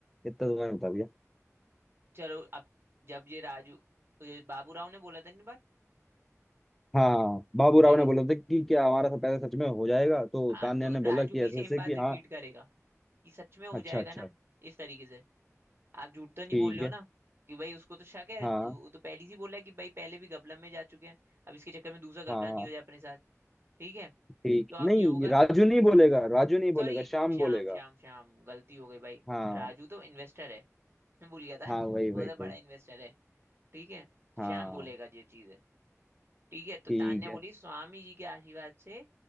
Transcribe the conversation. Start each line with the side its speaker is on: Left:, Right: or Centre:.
Centre: इतना तो मैंने बता दिया
Right: चलो अब जब ये राजू ये बाबू राव ने बोला था नहीं बात
Centre: हाँ बाबूराव
Right: ठीक
Centre: ने
Right: है
Centre: बोला था कि क्या हमारा सब पैसा सच में हो जाएगा तो
Right: हाँ
Centre: तान्या
Right: तो
Centre: ने बोला
Right: राजू
Centre: कि
Right: भी
Centre: ऐसे
Right: सेम
Centre: ऐसे
Right: बात
Centre: कि हाँ
Right: रिपीट करेगा कि सच में हो
Centre: अच्छा
Right: जाएगा
Centre: अच्छा
Right: ना इस तरीके से आप झूठ तो नहीं
Centre: ठीक
Right: बोल रहे हो
Centre: है
Right: ना कि भाई उसको तो शक है
Centre: हाँ
Right: वो वो तो पहले ही बोला है कि भाई पहले भी गपला में जा चुके हैं अब इसके चक्कर में दूसरा
Centre: हाँ
Right: गपला नहीं
Centre: हाँ
Right: हो जाए अपने साथ ठीक है
Centre: ठीक
Right: तो अब
Centre: नहीं
Right: ये होगा
Centre: राजू नहीं बोलेगा राजू नहीं बोलेगा
Right: सॉरी
Centre: श्याम
Right: श्याम
Centre: बोलेगा
Right: श्याम श्याम गलती हो गई भाई
Centre: हाँ
Right: राजू तो इन्वेस्टर है मैं भूल गया था
Centre: हाँ वही वही
Right: वो तो बड़ा
Centre: वही
Right: इन्वेस्टर है ठीक है
Centre: हाँ
Right: श्याम बोलेगा ये चीज ठीक है तो
Centre: ठीक
Right: तान्या
Centre: है
Right: बोली स्वामी जी के आशीर्वाद से